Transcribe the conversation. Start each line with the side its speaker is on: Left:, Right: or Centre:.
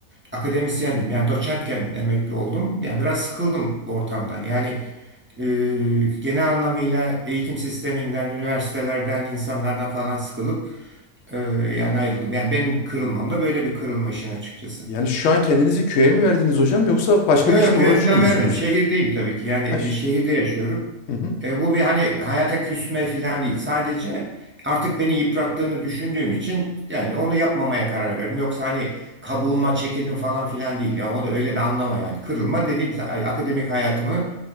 Right: akademisyendim. Yani doçentken emekli oldum. Yani biraz sıkıldım ortamdan. Yani e, genel anlamıyla eğitim sisteminden, üniversitelerden, insanlardan falan sıkılıp e, yani ayrıldım. Yani benim kırılmam da böyle bir kırılma işin açıkçası.
Left: yani şu an kendinizi köye mi verdiniz hocam yoksa başka
Right: Yok
Left: bir işle
Right: yok köye
Left: uğraşıyor
Right: falan
Left: musunuz?
Right: vermedim. Şehirdeyim tabii ki. Yani
Left: Aş.
Right: bir şehirde yaşıyorum.
Left: Hı hı.
Right: E, bu bir hani hayata küsme falan değil. Sadece artık beni yıprattığını düşündüğüm için yani onu yapmamaya karar verdim. Yoksa hani kabuğuma çekildim falan filan değil. Yani onu öyle de anlama yani. Kırılma dediğim sa- akademik hayatımı